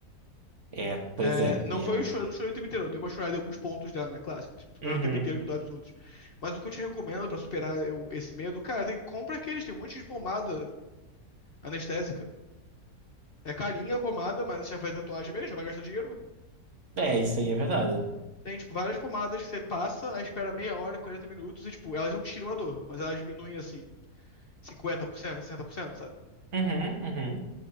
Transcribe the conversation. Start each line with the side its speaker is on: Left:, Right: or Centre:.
Right: é, pois
Left: É,
Right: é.
Left: não
Right: Eu.
Left: foi chorando, chorei o tempo inteiro. Eu dei uma chorada em alguns pontos dela, né? Clássico. Tipo,
Right: Uhum.
Left: Não é o tempo inteiro que dá absurdos. Mas o que eu te recomendo pra superar eu- esse medo, cara, tem, compra aqueles. Tem um monte de pomada é, anestésica. É carinha a pomada, mas já faz tatuagem mesmo, já vai gastar dinheiro, né?
Right: É, isso aí é verdade.
Left: Tem, tipo, várias pomadas que você passa, aí espera meia hora, 40 minutos, e, tipo, elas não tiram a dor, mas elas diminuem, assim, cinquenta por cento, sessenta por cento, sabe?
Right: Uhum, uhum.